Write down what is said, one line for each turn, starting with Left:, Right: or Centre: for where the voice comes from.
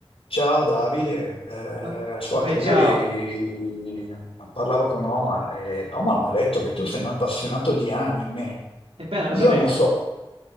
Left: Ciao Davide, Eh,
Right: Poi,
Left: ascolta,
Right: poi,
Left: ieri
Right: ciao,
Left: eh, parlavo con Omar e Omar mi ha detto che tu sei un appassionato di anime.
Right: ebbene lo
Left: Io
Right: sapevi,
Left: non so,